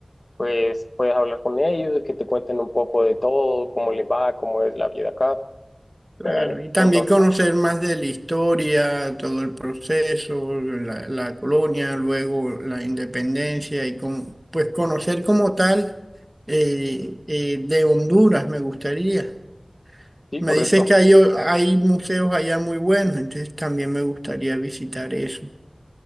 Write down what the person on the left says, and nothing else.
pues puedes hablar con ellos, que te cuenten un poco de todo, cómo les va, cómo es la vida acá.
<clears throat>
Entonces,
sí,
correcto.